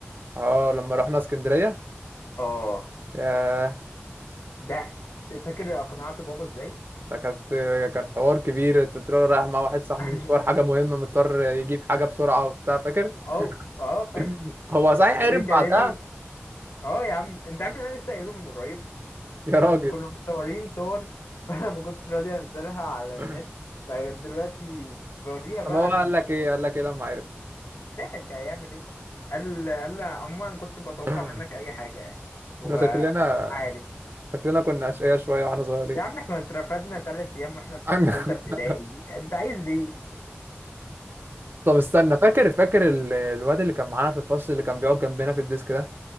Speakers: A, on the right; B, on the left.
A: اه لما رحنا اسكندريه
B: اه
A: ياه
B: ده فاكر اقنعت بابا ازاي
A: ده كانت كان حوار كبير كنت رايح رايح مع واحد صاحبي
B: <laughs>
A: مشوار حاجه مهمه مضطر يجيب حاجه بسرعه وبتاع فاكر
B: اه اه فاكر
A: <laughs> هو صحيح
B: وبيكلمني
A: عرف بعدها
B: اه يا عم انت عارف ان انا لسه قايله من قريب
A: يا
B: كان
A: راجل
B: كنا متصورين صور <laughs> فانا ما كنتش راضي انزلها على
A: <laughs>
B: النت بقى دلوقتي بوريها بقى
A: طب هو قال لك ايه قال لك ايه لما عرف
B: ضحك هيعمل ايه قال قال لي عموما كنت بتوقع
A: <laughs>
B: منك اي حاجه يعني هو
A: احنا شكلنا
B: عارف
A: شكلنا كنا اشقياء شويه واحنا صغيرين
B: يا عم احنا اترفدنا تلات ايام واحنا
A: <laughs>
B: في تالتة ابتدائي انت عايز ايه
A: طب استنى فاكر فاكر ال- الواد اللي كان معانا في الفصل اللي كان بيقعد جنبنا في الديسك ده